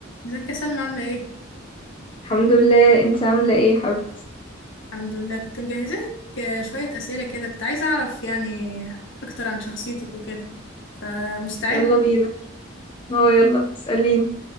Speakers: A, on the left; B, on the left.
A: ازيك يا سلمى عاملة ايه؟
B: الحمد لله انت عاملة ايه يا حبيبتي
A: الحمد لله كنت مجهزة لك شوية أسئلة كده كنت عايزة أعرف يعني أكتر عن شخصيتك وكده فمستعد؟
B: يلا بينا هو يلا اسأليني